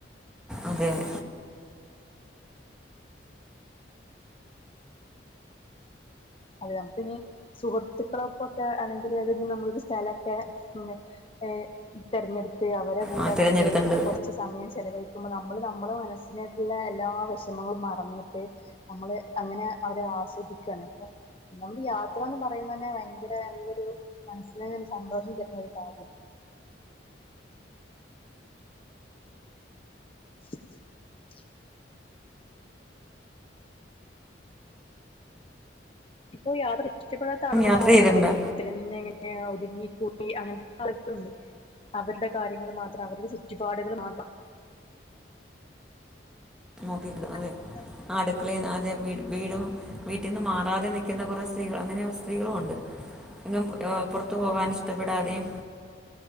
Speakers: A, in the centre; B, on the left.
A: അതെ അതെ
B: അതെ നമുക്കിഞ്ഞി സുഹൃത്തുക്കളൊപ്പൊക്കെ ആണെങ്കില് അത് നമ്മളൊരു സ്ഥലക്കെ ഏ തെരഞ്ഞെടുത്ത് അവരെ കൂടെ
A: ആ തിരഞ്ഞെടുത്തിട്ടുണ്ട്
B: നമ്മള് കൊറച്ച് സ് സമയം ചെലവഴിക്കുമ്പം നമ്മള് നമ്മളെ മനസ്സിനാത്ത്ള്ള എല്ലാ വെഷമങ്ങളും മറഞ്ഞിട്ട് നമ്മള് അങ്ങനെ അവര് ആസ്വദിക്കാണ് അപ്പൊ നമ്മള് യാത്രന്ന് പറയുന്നന്നെ ഭയങ്കര നല്ലൊരു മനസിന് സന്തോഷം തെരുന്ന ഒര് കാര്യം. <inaudible> ഇപ്പോ യാത്ര ഇഷ്ട്ടപ്പെടാത്ത ആളുകളും
A: യാത്ര
B: ണ്ട്ട്ടോ
A: ചെയ്തിട്ടുണ്ടോ
B: വി വീട്ടിലന്നെ ഇങ്ങനെ ഒതുങ്ങിക്കൂടി അങ്ങനത്തെ ആളുകളുണ്ട്. അവര്ടെ കാര്യങ്ങള് മാത്രം അവര്ടെ ചുറ്റ്പാടുകൾ മാത്രം
A: നോക്കിട്ടില്ല
B: മാത്രം
A: അതെ അടുക്കളെന്ന് അതെ വീടും വീട്ടിന്ന് മാറാതെ നിക്ക്‌ന്ന കൊറെ സ്ത്രീകള് അങ്ങനെ സ്ത്രീകളുംഒണ്ട്. എങ്ങും പുറത്തു പോകാനിഷ്ടപ്പെടാതെയും